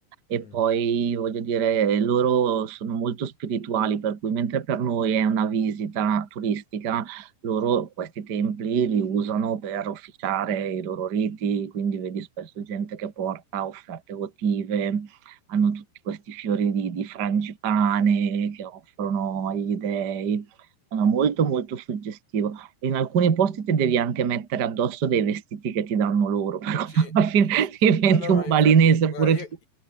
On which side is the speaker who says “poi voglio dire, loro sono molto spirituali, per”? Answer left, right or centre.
Right